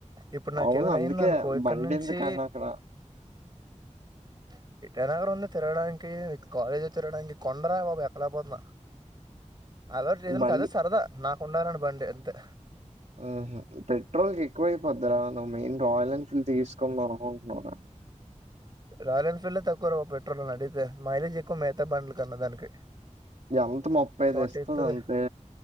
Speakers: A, on the right; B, on the right.
A: ఇప్పుడు నాకేమనా
B: అవును అందుకే
A: అయింది అనుకో ఇక్కడ
B: బండెందుకని
A: నుంచి
B: అక్కడ
A: <unintelligible> తిరగడానికి కాలేజ్ లో తిరడానికి కొండరా బాబు ఎక్కలేకపోతునా అలా చేసిన
B: బండి
A: కదే సరదా నాకుండాలని బండి అంతే
B: ఆహ పెట్రోల్ కి ఎక్కువ అయిపోది రా మెయిన్ రాయల్ ఎన్ఫీల్డ్ తీసుకు దమ్ అనుకుంటున్నావ్ కదా
A: రాయల్ ఎన్ఫీల్డ్ తక్కువ రా పెట్రోల్ అడిగితే మైలేజ్ ఎక్కువ మిగతా బండ్ల కన్నా దానికి
B: ఎంత
A: ఫటీతది
B: తెస్తదంతే.